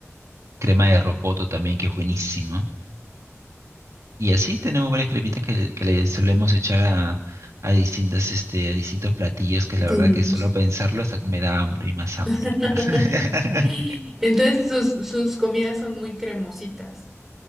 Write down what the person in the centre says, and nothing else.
Sí.
<laughs>
Entonces
sus, sus comidas son muy cremositas,